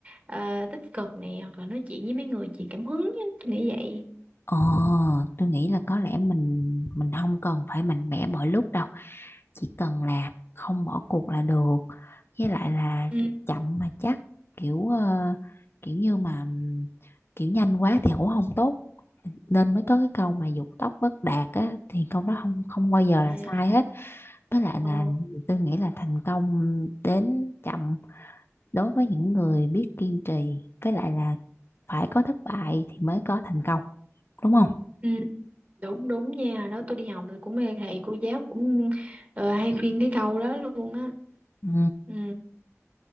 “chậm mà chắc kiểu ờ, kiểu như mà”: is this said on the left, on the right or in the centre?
Left